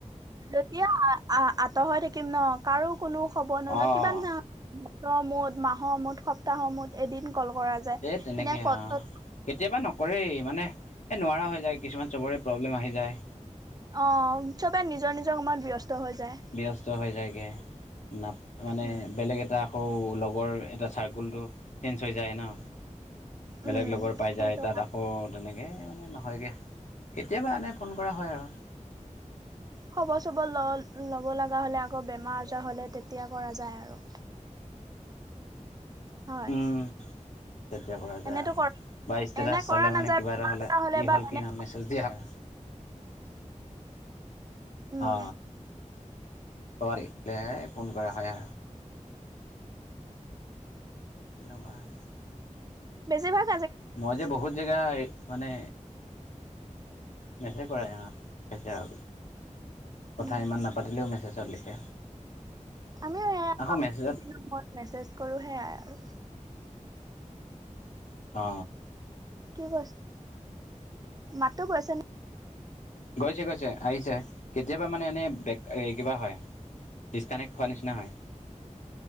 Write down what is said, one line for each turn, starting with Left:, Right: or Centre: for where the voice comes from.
Right: যেতিয়া আ আঁতৰ হৈ থাকিম ন কাৰো কোনো খবৰ নলয়
Left: অঁ
Right: কিবা মুঠ মাহৰ মুঠ সপ্তাহৰ মুঠ এদিন কল কৰা যায়,
Left: এ তেনেকে
Right: সেনেকুৱা
Left: অ',
Right: ত
Left: কেতিয়াবা নকৰেই মানে এ নোৱাৰা হৈ যায় কিছুমান চবৰে প্ৰব্লেম আহি যায়।
Right: অ চবে নিজৰ নিজৰ কামত ব্যস্ত। হৈ যায়
Left: ব্যস্ত হৈ যায়গে, ন মানে
Right: উম
Left: বেলেগ এটা আকৌ লগৰ এটা চাৰ্কুলটো চেঞ্জ হৈ যায় ন।
Right: উম
Left: বেলেগ লগৰ পাই
Right: সেইটো
Left: যায় তাত আকৌ তেনেকে মানে নহয়গৈ কেতিয়াবা আনে ফোন কৰা হয় আৰু
Right: খবৰ চবৰ ল'ব লগা হ'লে আকৌ বেমাৰ আজাৰ হ'লে তেতিয়া কৰা যায় আৰু হয়
Left: উম তেতিয়া পৰা যায়
Right: এনেতো
Left: আৰু
Right: কৰা
Left: বা ষ্টেটাছ
Right: এনে
Left: চালে
Right: কৰা নাযায়
Left: মানে কিবা
Right: বেমাৰ
Left: এটা হলে
Right: আজাৰ
Left: কি
Right: বা
Left: হ'ল
Right: এনে
Left: কি নহল মেছেজ দিয়া হয়
Right: উম
Left: অ কবাত দেখিলে ফোন কৰা হয় তেনেকোৱা আৰু
Right: বেছি ভাগ
Left: মই যে বহুত জেগা মানে হেতে কৰা অ সেতে অ কথা
Right: উম
Left: ইমান নাপাতিলেও মেছেজত লিখে
Right: আমিও মই
Left: আকৌ মেছেজত
Right: মেছেজ কৰো সেয়াই আৰু
Left: অ
Right: কি কৈ মাততো গৈছে নে
Left: গৈছে গৈছে আহিছে, কেতিয়াবা মানে এনে বেক কিবা হয়। ডিচকানেক্ট হোৱাৰ নিচিনা হয়।